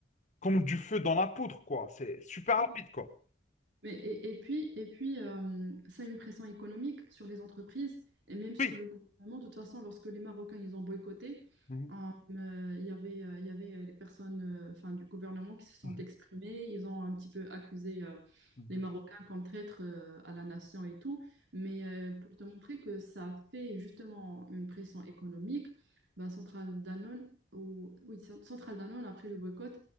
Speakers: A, on the left; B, on the right.
A: comme du feu dans la poudre, quoi. C'est super
B: Ah
A: rapide,
B: Oui,
A: quoi.
B: Mais, et, et puis, et puis euh, ça a une pression économique sur les entreprises et même sur
A: Oui.
B: le gouvernement. De toute façon, lorsque les Marocains ils ont boycotté,
A: Mhm,
B: euh, euh, il y avait, euh, il y avait euh, les personnes euh, enfin, du gouvernement qui se sont
A: mhm,
B: exprimées. Ils ont un petit peu accusé euh,
A: mhm.
B: les Marocains comme traîtres euh, à la nation et tout. Mais euh, pour te montrer que ça fait justement une pression économique, bah, Centrale Danone, ou, oui, Centrale Danone, après le boycott,